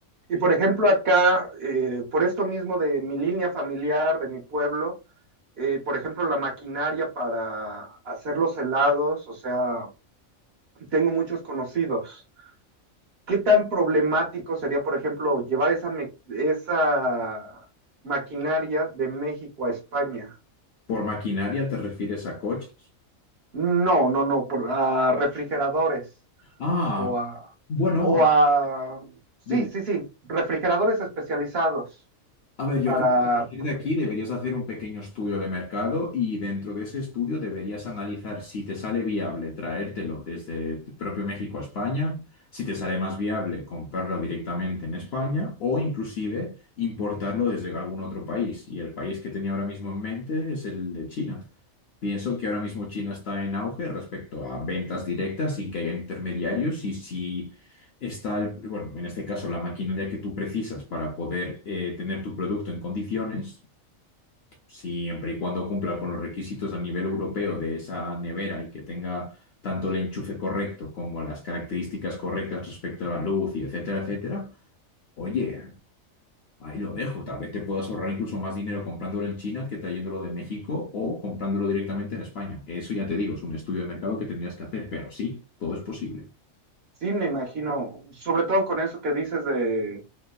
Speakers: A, on the right; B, on the left.
A: Y por ejemplo, acá, eh, por esto mismo de mi línea familiar, de mi pueblo, eh, por ejemplo, la maquinaria para hacer los helados, o sea, tengo muchos conocidos. ¿Qué tan problemático sería, por ejemplo, llevar esa, me- esa maquinaria de México a España?
B: Por maquinaria te refieres a coches.
A: No, no, no, por, a refrigeradores
B: Ah,
A: o a,
B: bueno,
A: o
B: a-
A: a, sí,
B: dime.
A: sí, sí, refrigeradores especializados
B: A ver,
A: para
B: yo creo que a partir de aquí deberías hacer un pequeño estudio de mercado y dentro de ese estudio deberías analizar si te sale viable traértelo desde t- propio México a España, si te sale más viable comprarlo directamente en España o inclusive importarlo desde algún otro país. Y el país que tenía ahora mismo en mente es el de China. Pienso que ahora mismo China está en auge respecto a ventas directas sin que haya intermediarios y si está, el- bueno, en este caso la maquinaria que tú precisas para poder eh, tener tu producto en condiciones, siempre y cuando cumpla con los requisitos a nivel europeo de esa nevera y que tenga tanto el enchufe correcto como las características correctas respecto a la luz y etcétera, etcétera. Oye, Ahí lo dejo. Tal vez te puedas ahorrar incluso más dinero comprándolo en China que trayéndolo de México o comprándolo directamente en España. Eso ya te digo, es un estudio de mercado que tendrías que hacer, pero sí, todo es posible.
A: Sí, me imagino, sobre todo con eso que dices de